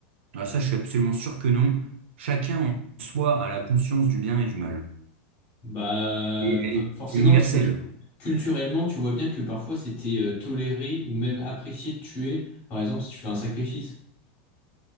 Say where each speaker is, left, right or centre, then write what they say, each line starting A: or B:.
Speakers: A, on the right; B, on the left.
A: Alors ça, je suis absolument sûr que non. Chacun en soi a la conscience du bien et du mal.
B: Bah
A: Et elle est
B: forcément,
A: c'est universel.
B: parce que je- culturellement, tu vois bien que parfois c'était euh, toléré ou même apprécié de tuer, par exemple, si tu fais un sacrifice.